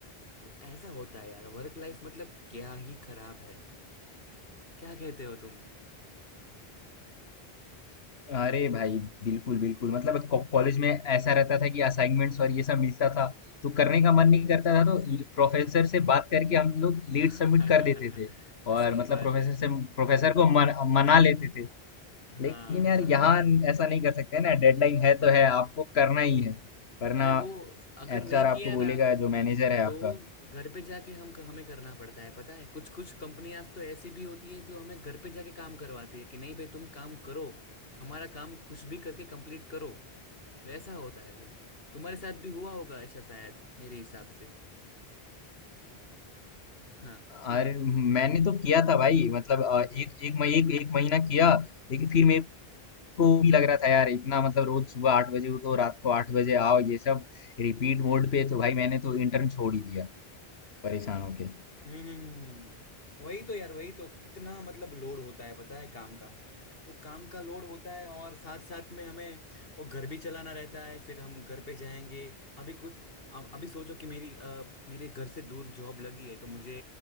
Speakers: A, on the left; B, on the left.
A: वो ऐसा होता है यार वर्क लाइफ मतलब क्या ही खराब है क्या कहते हो तुम
B: अरे भाई बिल्कुल बिल्कुल मतलब को- कॉलेज में ऐसा रहता था कि असाइनमेंट्स और ये सब मिलता था तो करने का मन नहीं करता था तो ल- प्रोफेसर से बात करके हम लोग लेट
A: <laughs>
B: सबमिट कर देते थे और
A: सही
B: मतलब
A: बात
B: प्रोफेसर
A: है
B: से प्रोफेसर को मन, मना लेते थे
A: हाँ
B: लेकिन यार
A: हाँ
B: यहाँ ऐसा नहीं कर सकते ना डेडलाइन है तो है आपको करना ही है वरना
A: अरे वो अगर
B: एचआर
A: नहीं
B: आपको
A: किया
B: बोलेगा
A: ना
B: जो मैनेजर है
A: तो
B: आपका
A: घर पे जाके हम हमें करना पड़ता है पता है कुछ कुछ कंपनियां तो ऐसी भी होती है जो हमें घर पे जाके काम करवाती है कि नहीं भाई तुम काम करो हमारा काम कुछ भी करके कंप्लीट करो वैसा होता है तुम तुम्हारे साथ भी हुआ होगा ऐसा शायद मेरे हिसाब से हाँ
B: अरे
A: <laughs>
B: मैंने तो किया था भाई मतलब अ, एक एक मही- एक, एक महीना किया लेकिन फिर मेरे को भी लग रहा था यार इतना मतलब रोज सुबह आठ बजे उठो रात को आठ बजे आओ ये सब रिपीट मोड पे तो भाई मैंने तो इंटर्न छोड़ ही दिया परेशान होके
A: हम्म वही तो यार वही तो कितना मतलब लोड होता है पता है काम का वो काम का लोड होता है और साथ साथ में हमें वो घर भी चलाना रहता है फिर हम घर पे जाएंगे अभी कुछ अ- अभी सोचो कि मेरी अ, मेरे घर से दूर जॉब लगी है तो मुझे